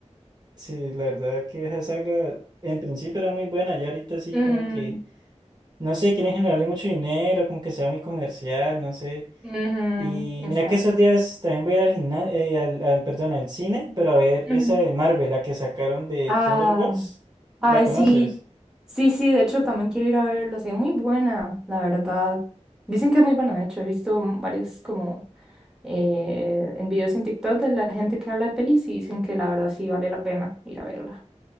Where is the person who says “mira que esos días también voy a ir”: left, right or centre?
Right